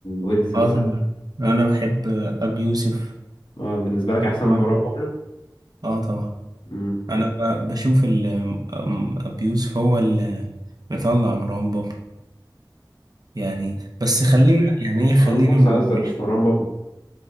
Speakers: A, on the left; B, on the right.
A: ويجز مثلا
B: اه طبعا انا بحب ابي يوسف
A: اه بالنسبه لك احسن
B: طبعا.
A: من مروان بابلو
B: اه طبعا
A: مم.
B: انا ب- بشوف ال أم- ابي يوسف هو اللي مطلع مروان بابلو يعني بس خلينا يعني ايه
A: مروان
B: خلينا
A: موسى
B: من
A: قصدك
B: مش-
A: مش مروان